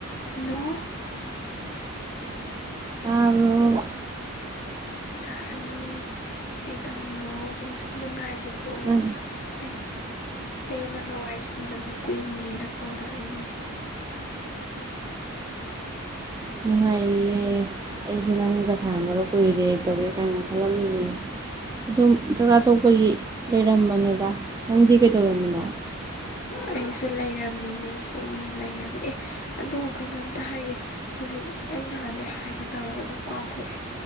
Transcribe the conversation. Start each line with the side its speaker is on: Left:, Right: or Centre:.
Left: ꯍꯜꯂꯣ
Right: ꯇꯥꯣ
Left: ꯊꯥꯏꯌꯦ ꯀꯩꯇꯧꯔꯤꯅꯣ ꯁꯨꯝ ꯁꯨꯝ ꯅꯨꯡꯉꯥꯏꯔꯤꯕ ꯍ꯭ꯔꯣ
Right: ꯅꯪ
Left: ꯑꯩ ꯑꯩꯅ ꯅꯪꯒ ꯋꯥꯔꯤ ꯁꯟꯗꯕ ꯀꯨꯏꯔꯦꯅ ꯐꯣꯟ ꯇꯧꯔꯛꯏꯅꯦ
Right: ꯅꯨꯡꯉꯥꯏꯔꯤꯌꯦ ꯑꯩꯁꯨ ꯅꯪꯒ ꯁꯥꯟꯅꯅꯕ ꯀꯨꯏꯔꯦ ꯇꯧꯒꯦ ꯀꯥꯏꯅ ꯈꯜꯂꯝꯃꯤꯅꯦ ꯑꯗꯨꯝ ꯆꯥꯛꯆꯥ ꯊꯣꯛꯣꯛꯄꯒꯤ ꯂꯩꯔꯝꯕꯅꯦꯗ ꯅꯪꯗꯤ ꯀꯩꯗꯧꯔꯝꯃꯤꯅꯣ
Left: ꯑꯩꯁꯨ ꯂꯩꯔꯝꯃꯤꯅꯦ ꯁꯨꯝ ꯂꯩꯔꯒ ꯑꯦ ꯑꯗꯣ ꯀꯩꯅꯣꯝꯇ ꯍꯥꯏꯒꯦ ꯍꯧꯖꯤꯛ ꯑꯩ ꯅꯍꯥꯟꯗ ꯍꯥꯏꯒꯦ ꯇꯧꯔꯒ ꯑꯗꯨꯝ ꯀꯥꯎꯊꯣꯛꯑꯦ